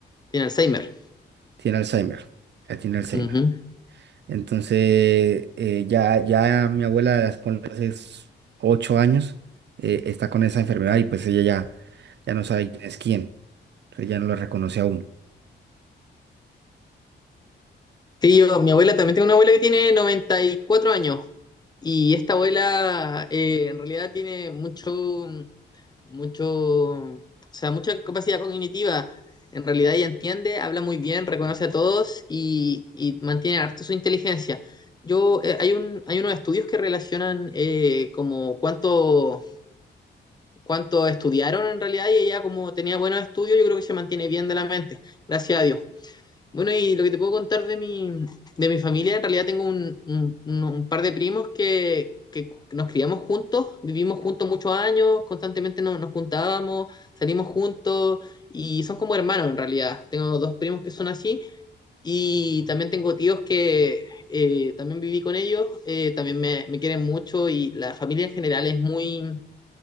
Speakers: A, on the left; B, on the right.
A: tiene Alzheimer.
B: Tiene Alzheimer, ya tiene Alzheimer.
A: Ujú.
B: Entonces, eh, ya, ya mi abuela, las- ponle, hace s- ocho años, eh, está con esa enfermedad y pues ella ya, ya no sabe quién es quién. Entonces ya no lo reconoce aún.
A: Sí, yo, mi abuela también tengo una abuela que tiene noventa y cuatro años Y esta abuela eh, en realidad tiene mucho, mucho, o sea, mucha capacidad cognitiva. En realidad ella entiende, habla muy bien, reconoce a todos y, y mantiene harto su inteligencia. Yo, eh, hay un, hay unos estudios que relacionan eh, como cuánto, cuánto estudiaron en realidad y ella como tenía buenos estudios, yo creo que se mantiene bien de la mente, gracias a Dios. Bueno, y lo que te puedo contar de mi, de mi familia, en realidad tengo un, un- un- un par de primos que, que nos criamos juntos, vivimos juntos muchos años, constantemente nos, nos juntábamos, salimos juntos y son como hermanos en realidad. Tengo dos primos que son así y también tengo tíos que eh, también viví con ellos, eh, también me, me quieren mucho y la familia en general es muy,